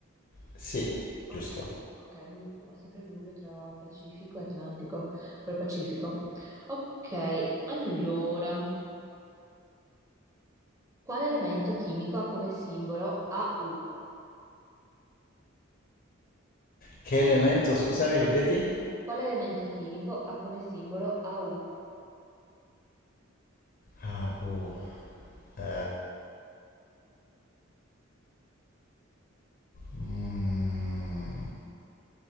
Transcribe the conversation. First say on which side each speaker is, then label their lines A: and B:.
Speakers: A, on the left; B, on the right.
A: Sì, giusto.
B: Ok, ok, mi- ho sempre il dubbio tra Pacifico e Atlantico, per Pacifico. Ok, allora, quale elemento chimico ha come simbolo AU?
A: Che elemento, scusami, ripeti?
B: Quale elemento chimico ha come simbolo AU?
A: Ah, uh. Eh, mm,